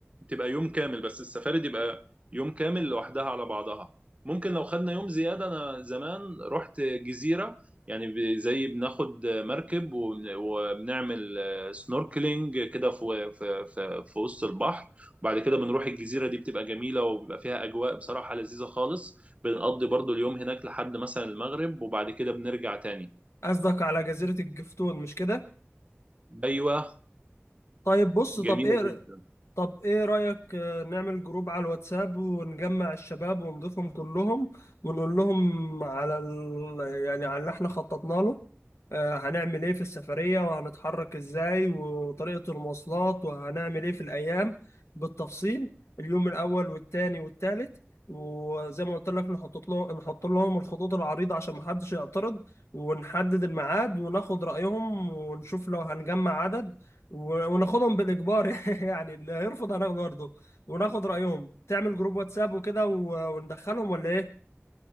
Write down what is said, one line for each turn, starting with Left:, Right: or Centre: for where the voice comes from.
Right: تبقى يوم كامل بس السفاري دي يبقى يوم كامل لوحدها على بعضها ممكن لو خدنا يوم زيادة أنا زمان رحت جزيرة يعني ب- زي بناخد مركب ون- وبنعمل آه، سنوركلينج كده في في في في وسط البحر وبعد كده بنروح الجزيرة دي بتبقى جميلة وبيبقى فيها أجواء بصراحة لذيذة خالص بنقضي برضو اليوم هناك لحد مثلا المغرب وبعد كده بنرجع تاني
Left: قصدك على جزيرة الجفتون مش كده
Right: أيوة
Left: طيب بص
Right: جميلة
Left: طب ايه
Right: جدا
Left: طب ايه رأيك آه، نعمل جروب على الواتساب ونجمع الشباب ونضيفهم كلهم ونقول لهم على ال... يعني على اللي احنا خططنا له آه، هنعمل ايه في السفرية وهنتحرك ازاي وطريقة المواصلات وهنعمل ايه في الايام بالتفصيل اليوم الاول والتاني والتالت وزي ما قلت لك نحط لهم نحط لهم الخطوط العريضة عشان محدش يعترض ونحدد الميعاد وناخد رأيهم ونشوف لو هنجمع عدد و- وناخدهم بالاجبار <laughs> يعني اللي هيرفض هناخده برضه وناخد رايهم تعمل جروب واتساب وكده و- وندخلهم ولا ايه